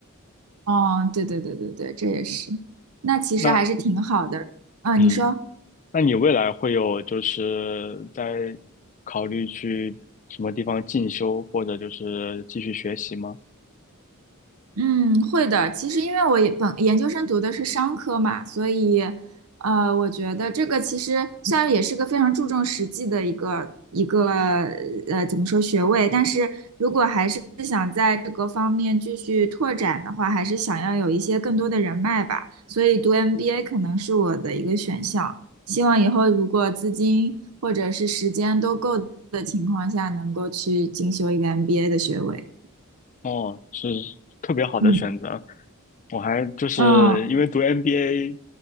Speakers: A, on the right (about 80°); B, on the left (about 35°).
A: 哦，对对对对对，这也是。那其实还是挺好的。
B: 那
A: 嗯，
B: 嗯，
A: 你说。
B: 那你未来会有就是在考虑去什么地方进修，或者就是继续学习吗？
A: 嗯，会的。其实因为我也本研究生读的是商科嘛，所以，呃，我觉得这个其实虽然也是个非常注重实际的一个一个呃怎么说学位，但是如果还是想在这个方面继续拓展的话，还是想要有一些更多的人脉吧。所以读 MBA 可能是我的一个选项。希望以后如果资金或者是时间都够的情况下，能够去进修一个 MBA 的学位。
B: 哦，是特别好的选择。
A: 嗯。
B: 我还就是因为读
A: 嗯，
B: MBA